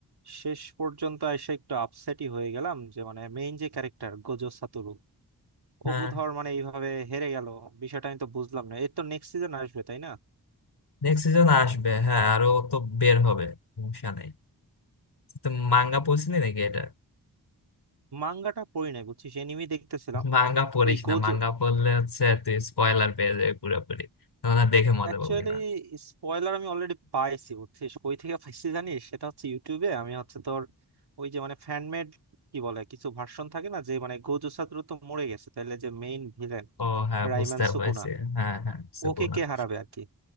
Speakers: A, on the right; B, on the left.
A: শেষ পর্যন্ত এসে একটু আপসেটই হয়ে গেলাম যে মানে মেইন যে ক্যারেক্টার গোজো সাতোরু ও
B: হ্যাঁ
A: ধর মানে এইভাবে হেরে গেল বিষয়টা আমি তো বুঝলাম না এর তো নেক্সট সিজন আসবে তাই না
B: নেক্সট সিজন আসবে হ্যাঁ আরো তো বের হবে সমস্যা নেই তো মাঙ্গা পড়ছিলি নাকি এটা
A: মাঙ্গাটা পড়ি নাই বুঝছিস এনিমি দেখতেছিলাম
B: মাঙ্গা পড়িস
A: ওই গোজো
B: না মাঙ্গা পড়লে হচ্ছে তুই স্পয়লার পেয়ে যাবি পুরোপুরি তখন আর দেখে মজা
A: অ্যাকচুয়ালি
B: পাবি না
A: স্পয়লার আমি অলরেডি পাইছি বুঝছিস কই থেকে পাইছি জানিস সেটা হচ্ছে ইউটিউবে আমি হচ্ছে তোর ওই যে মানে ফ্যানমেড কি বলে কিছু ভার্সন থাকে না যে মানে গোজো ছাত্র তো মরে গেছে তাহলে যে মেইন ভিলেন
B: ও হ্যাঁ
A: রাইমান
B: বুঝতে
A: সুকুনা
B: পারছি হ্যাঁ হ্যাঁ বুঝতে
A: ওকে
B: পারলাম।
A: কে হারাবে আর কি